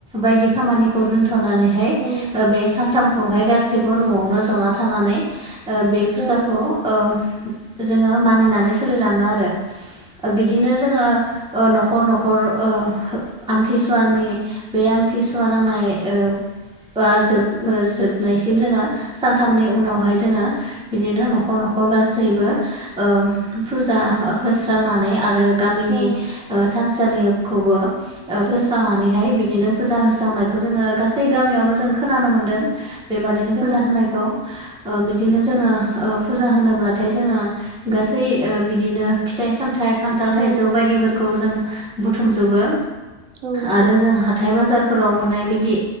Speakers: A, in the centre; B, on the right.
A: बायदि खामानिखौ दोनथनानैहाय
B: औ
A: बे सानथामखौहाय गासै सैबो न'आवनो जमा थानानै ओ बे
B: औ
A: फुजाखौ जोङो मानिनानै सोलिलाङो आरो बिदिनो जोङो ओ न'खर न'खर ओ आमथिसुवानि बे आम थिसुवा नांनाय बा जोब जोबनायसिम जोङो सानथामनि उनावहाय जोङो बिदि न'खर न'खर गासैबो ओ फुजा होस्रांनानै आरो गामिनि
B: औ औ
A: थानसालिखौबो फोस्रांनानैहाय
B: औ
A: बिदिनो फुजा होस्रांनायखौ जोङो गासै गामियावनो जों खोनानो मोनदों बेबादिनो फुजा
B: औ
A: होनायखौ बिदिनो जोङो ओ फुजा होनोब्लाथाय जोङो गासै ओ बिदिनो फिथाइ सामथाय खान्थाल थाइजौ
B: औ
A: बायदिफोरखौ जों बुथुमजोबो
B: औ नंगौ
A: आरो जों हाथाइ बाजारफोराव मोननाय बिदि